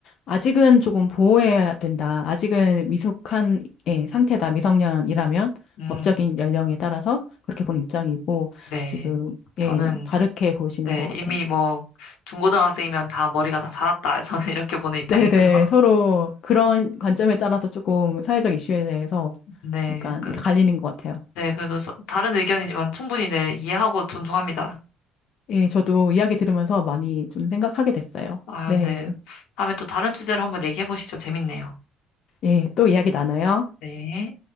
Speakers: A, on the left (about 45°); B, on the left (about 75°).
A: 아직은 조금 보호해야 된다. 아직은 미숙한 예, 상태다. 미성년이라면
B: 음,
A: 법적인 연령에 따라서 그렇게 본 입장이고
B: 네.
A: 지금
B: 저는,
A: 예, 다르게 보시는
B: 네,
A: 것 같아요.
B: 이미 뭐, 중고등학생이면 다 머리가 다 자랐다. <laughs> 저는 이렇게 보는 입장이고요.
A: 네네.
B: <laughs>
A: 서로 그런 관점에 따라서 조금 사회적 이슈에 대해서
B: 네,
A: 약간
B: 그,
A: 갈리는 것 같아요.
B: 네, 그래도 서- 다른 의견이지만 충분히 네, 이해하고 존중합니다.
A: 예, 저도 이야기 들으면서 많이 좀 생각하게 됐어요.
B: 아,
A: 네.
B: 네. 다음에 또 다른 주제로 한번 얘기해 보시죠. 재밌네요.
A: 예, 또 이야기 나눠요.
B: 네.